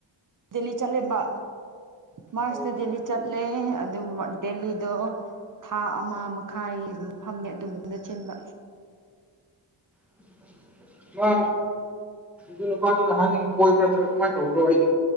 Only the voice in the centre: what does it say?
ꯑꯣ
<unintelligible> ꯃꯥ ꯅꯨꯨꯄꯥꯗꯨ ꯅꯍꯥꯟꯗꯒꯤ ꯀꯣꯏꯕ꯭ꯔꯥ ꯅꯠꯇ꯭ꯔꯒ ꯀꯃꯥꯏꯅ ꯇꯧꯕ꯭ꯔꯣ ꯑꯩꯗꯤ